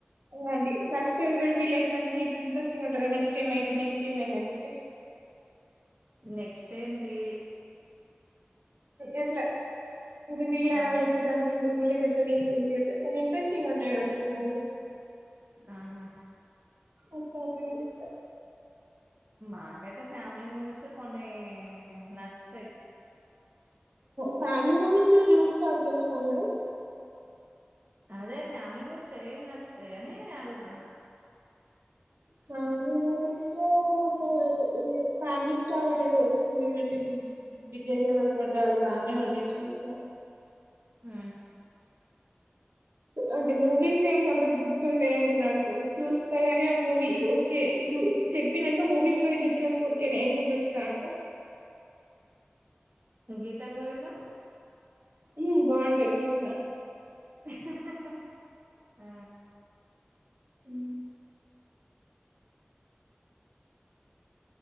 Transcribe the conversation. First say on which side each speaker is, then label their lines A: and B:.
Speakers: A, on the right; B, on the right.
A: అలాంటి సస్పెన్స్ ఉండి లైక్ మంచి ఇట్ ఇంట్రెస్టింగ్ ఉంటుందా నెక్స్ట్ టైమ్ అయిది నెక్స్ట్ ట ఏమ్ అయిందిందని చెప్పే
B: నెక్స్ట్ ఏంటి
A: అట్లా ఇ వీడి ఆమ
B: ఆహా
A: ఇ ఎట్లా లింక్ ఉంది ఎట్ కొన్ని ఇంట్రెస్టింగ్ ఉంటాయి కదా కొ మూవీస్
B: ఆహా
A: అసస్త
B: మాకైతే ఫ్యామిలీ మూవీస్ కొన్ని నచ్చుతాయి.
A: ఫ్యామిలీ మూవీస్ కూడా చూస్తాగలి ఫంలో
B: అదే ఫ్యామిలీ మూవీస్ ఏం నచ్చుతాయని అని అడుగుతున్నా
A: అ ఫ్యామిలీ మూవీస్ లో మొన్న ఈ ఫ్యామిలీ స్టార్ అనేది వచ్చింది చూడండి. విజయ్ దేవరకొండ అది బాగానే ఉండే చూస
B: ఆ
A: అంటే మూవీస్ నేమ్స్ సొంత గుర్తుండేయండి నాకు చూస్తాయని ఆ మూవీ ఓకే ఇ చెప్పినాక మూవీ స్టోరీ చెప్పినాక ఓకే నేను కూర్చసన్నా అంట
B: గీత గోవింద
A: ఉ బాగుంటాయి చూసినా
B: హహ ఆ
A: ఉ